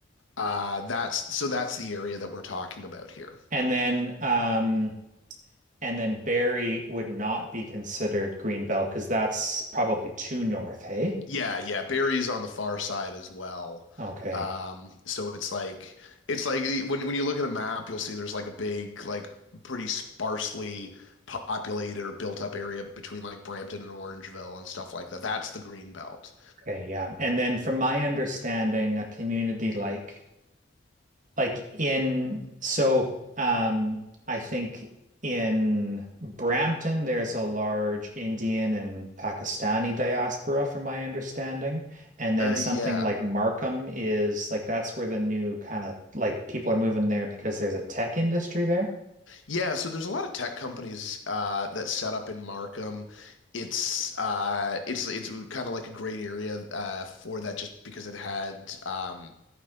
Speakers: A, on the left (about 90°); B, on the right (about 40°).
A: Uh, that's so that's the area that we're talking about here.
B: And then um and then Barrie would not be considered Greenbelt because that's probably too north, hey?
A: Yeah, yeah. Barry's on the far side as well.
B: Okay.
A: Um, so it's like it's like e, when when you look at a map, you'll see there's like a big, like pretty sparsely populated or built up area between like Brampton and Orangeville and stuff like that. That's the Green Belt.
B: Okay, yeah. And then from my understanding, a community like like in so um I think in Brampton there's a large Indian and Pakistani diaspora from my understanding. And then
A: Uh,
B: something
A: yeah.
B: like Markham is like that's where the new kind of like people are moving there because there's a tech industry there.
A: Yeah, so there's a lot of tech companies uh that set up in Markham. It's uh it's it's kind of like a great area uh for that just because it had um